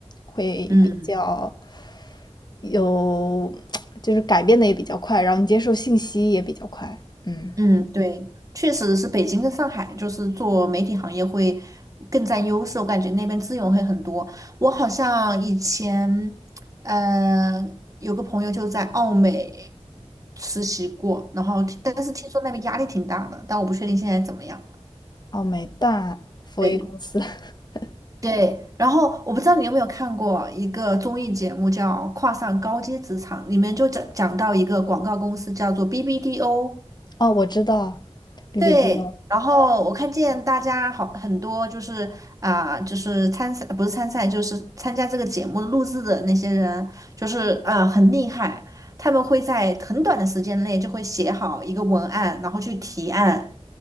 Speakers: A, on the left; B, on the right.
A: 会比较
B: 嗯
A: 有，<tsk> 就是改变的也比较快，然后你接受信息也比较快。嗯，
B: 嗯，对，确实是北京跟上海，就是做媒体行业会更占优势，我感觉那边资源会很多。我好像以前，嗯、有个朋友就在奥美实习过，然后但是听说那边压力挺大的，但我不确定现在怎么样。
A: 哦，美大，佛威公司，
B: 对。
A: <laughs>
B: 对，然后我不知道你有没有看过一个综艺节目叫《跨上高阶职场》，里面就讲讲到一个广告公司叫做 BBDO。
A: 哦，我知道 b
B: 对，
A: b T o
B: 然后我看见大家好很多就是啊、就是参赛不是参赛，就是参加这个节目录制的那些人，就是啊、很厉害，他们会在很短的时间内就会写好一个文案，然后去提案，